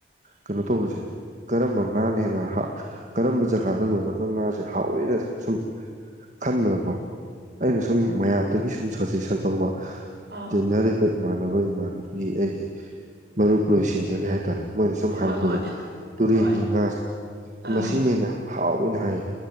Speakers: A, on the right; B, on the right.
A: ꯀꯩꯅꯣ ꯇꯧꯕꯁꯦ ꯀꯔꯝꯕ ꯉꯥꯅ ꯍꯦꯟꯅ ꯀꯔꯝꯕ ꯖꯒꯥꯗ ꯂꯣꯏꯔꯒ ꯉꯥꯁꯦ ꯍꯥꯎꯋꯦꯅ ꯁꯨꯝ ꯈꯟꯕꯗꯀꯣ ꯑꯩꯅ ꯁꯨꯝ ꯃꯌꯥꯝꯗꯒꯤ ꯁꯨꯝ ꯁꯖꯦꯁꯟ ꯂꯧꯕ
B: ꯑꯥ
A: ꯇꯟꯅꯔ ꯃꯅꯅꯕ ꯑꯣꯏ ꯏꯃꯥꯟꯅꯕꯤ ꯑꯩꯒꯤ ꯃꯔꯨꯞꯂꯣꯏꯁꯤꯡꯗꯒꯤ ꯍꯥꯏꯇꯥꯔꯦ ꯃꯣꯏꯅ ꯁꯨꯝ
B: ꯍꯣꯏ
A: ꯍꯥꯏꯔꯛꯄꯗ
B: ꯍꯣꯏ
A: ꯇꯨꯔꯦꯟꯒꯤ
B: ꯍꯣꯏ
A: ꯉꯥꯁꯦ
B: ꯑꯥ
A: ꯃꯁꯤꯅꯦꯅ ꯍꯥꯎꯋꯦꯅ ꯍꯥꯏ